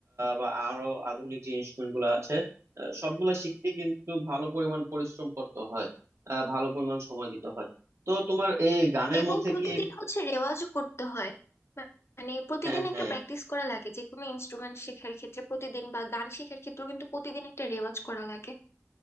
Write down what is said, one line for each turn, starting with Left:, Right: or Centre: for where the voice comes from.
Right: বা আরো আধুনিক যে ইনস্ট্রুমেন্ট গুলো আছে আহ, সবগুলা শিখতে কিন্তু ভালো পরিমাণ পরিশ্রম করতে হয় আহ, ভালো পরিমাণ সময় দিতে হয় তো তোমার এই গানের
Left: এবং
Right: মধ্যে
Left: প্রতিদিন
Right: কি
Left: হচ্ছে রেওয়াজও করতে হয় মা- মানে প্রতিদিন
Right: হ্যাঁ
Left: একটা
Right: হ্যাঁ
Left: প্র্যাকটিস করা লাগে যে কোনো ইনস্ট্রুমেন্ট শেখার ক্ষেত্রে প্রতিদিন বা গান শেখার ক্ষেত্রেও কিন্তু প্রতিদিন একটা রেওয়াজ করা লাগে